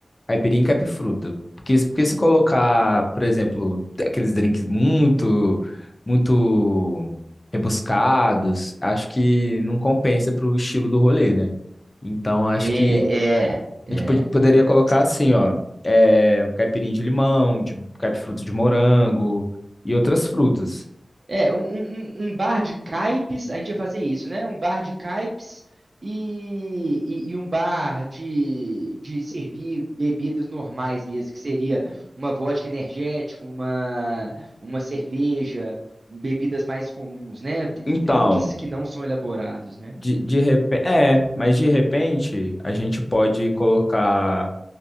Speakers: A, on the left (about 30°); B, on the right (about 55°).
A: Caipirinha e caipifruta. Porque, se- porque se colocar, por exemplo, aqueles drinks muito, muito rebuscados, acho que não compensa pro estilo do rolê, né? Então, acho
B: É,
A: que
B: é, é.
A: a gente pod- poderia colocar assim, ó, é, caipirinha de limão, de caipifruta de morango e outras frutas.
B: É, um, um- um- um bar de caipes, a gente ia fazer isso, né? Um bar de caipes e, e, e um bar de, de servir bebidas normais mesmo, que seria uma vodka energética, uma, uma cerveja, bebidas mais comuns, né? Dri-
A: Então,
B: Drinks que não são elaborados, né?
A: de, de repente, é, mas de repente a gente pode colocar